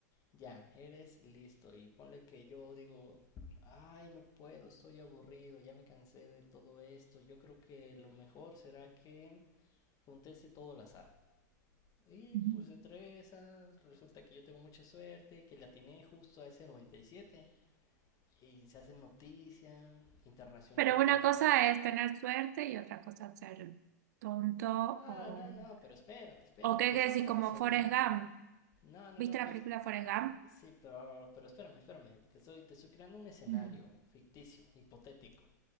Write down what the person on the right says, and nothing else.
Ujú.
Pero una
cosa es tener suerte y otra cosa es ser tonto
o...
¿O qué
quiere
decir?
Como
Forrest Gump.
¿Viste
la
película
Forrest Gump?
Mm.